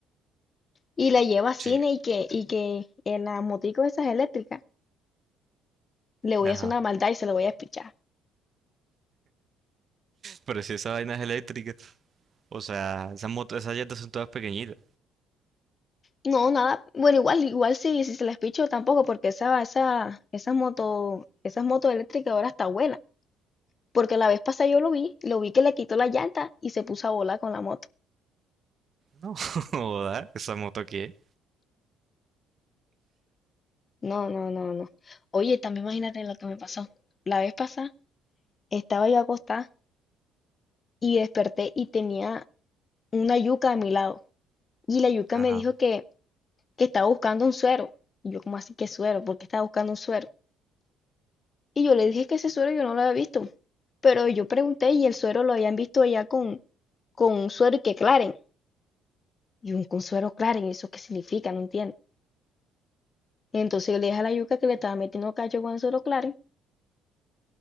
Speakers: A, on the left; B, on the right.
A: Y la lleva a cine
B: Sí.
A: y que, y que en las moticos esas eléctricas le voy
B: Ajá.
A: a hacer una maldad y se lo voy a espichar.
B: Pero si esa vaina es eléctrica. O sea, esas motos, esas llantas son todas pequeñitas.
A: No, nada. Bueno, igual, igual si, si se les picho tampoco, porque esa, esa, esa moto, esas motos eléctricas ahora está buena. Porque la vez pasada yo lo vi, lo vi que le quitó la llanta y se puso a volar con la moto.
B: No, <laughs> joda, ¿esa moto qué?
A: No, no, no, no. Oye, también imagínate lo que me pasó. La vez pasada estaba yo acostada y desperté y tenía una yuca a mi lado. Y la yuca
B: Ajá.
A: me dijo que, que estaba buscando un suero. Y yo, como así que suero? ¿Por qué estaba buscando un suero? Y yo le dije que ese suero yo no lo había visto. Pero yo pregunté y el suero lo habían visto allá con, con un suero y que claren. Y un con suero claren, ¿eso qué significa? No entiendo. Entonces yo le dije a la yuca que le estaba metiendo cacho con el suero claren.